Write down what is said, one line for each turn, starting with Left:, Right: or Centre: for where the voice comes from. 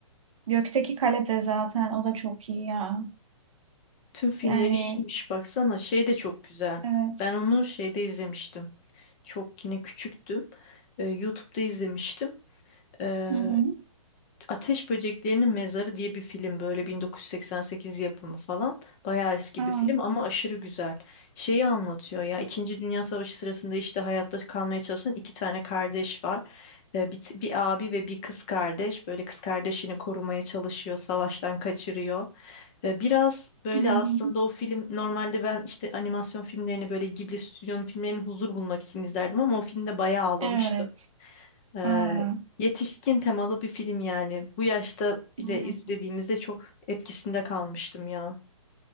Right: Gökteki Kale de zaten o da çok iyi ya.
Left: Tüm filmleri
Right: Yani
Left: iyiymiş baksana. Şey de çok güzel.
Right: evet.
Left: Ben onu şeyde izlemiştim. Çok yine küçüktüm. Ee, YouTube'da izlemiştim. Ee,
Right: Hı hı.
Left: Ateş Böceklerinin Mezarı diye bir film böyle 1988 yapımı falan. Bayağı eski
Right: Aa,
Left: bir film ama aşırı güzel. Şeyi anlatıyor ya İkinci Dünya Savaşı sırasında işte hayatta kalmaya çalışan iki tane kardeş var. Ee, Bir, t- bir abi ve bir kız kardeş böyle kız kardeşini korumaya çalışıyor, savaştan kaçırıyor. Ee, Biraz böyle
Right: hı hı.
Left: aslında o film normalde ben işte animasyon filmlerini böyle Ghibli stüdyonun filmlerini huzur bulmak için izlerdim ama o filmde bayağı ağlamıştım.
Right: Evet.
Left: Ee,
Right: Aa.
Left: yetişkin temalı bir film yani. Bu yaşta bile
Right: Hı.
Left: izlediğimizde çok etkisinde kalmıştım ya.